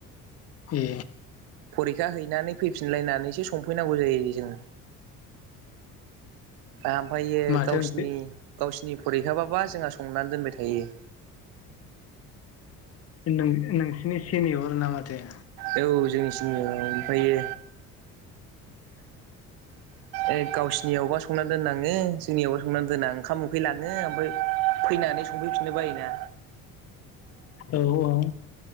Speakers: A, on the left; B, on the right.
A: ए
B: फरिखा हैनानै फैफिनलायनानैसो संफैनांगौ जायो जों। ओमफायो
A: माथो
B: गावसिनि
A: ओंख्रि
B: गावसिनि फरिखाबाबा जोंहा संनानै दोनबाय थायो।
A: नों-नोंसिनि सेनियर ना माथो?
B: औ जोंनि सिनियर औ ओमफायो ओइ गावसिनियावबा सं संना दोननाङो जोंनियावबा संनानै दोना ओंखाम उखैलाङो ओमफ्राय फैनानै सं फैफिननो बायो ना
A: औ औ